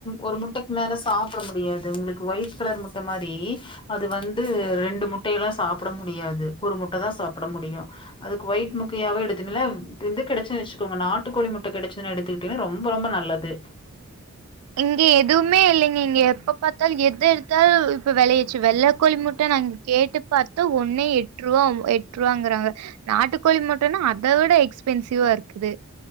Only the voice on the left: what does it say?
ஒரு முட்டைக்கு மேல சாப்ட முடியாது ஒங்ளுக்கு ஒயிட் கலர் முட்ட மாரி அது வந்து ரெண்டு முட்டையெல்லா சாப்பிட முடியாது ஒரு முட்டதா சாப்பிட முடியு அதுக்கு ஒயிட் முக்கியாவே எடுத்துன்ல இது கடச்ச உங்க நாட்டுக் கோழி முட்ட கெடைச்சதுன்னு எடுத்துக்கிட்டீங்கன்னா ரொம்ப ரொம்ப நல்லது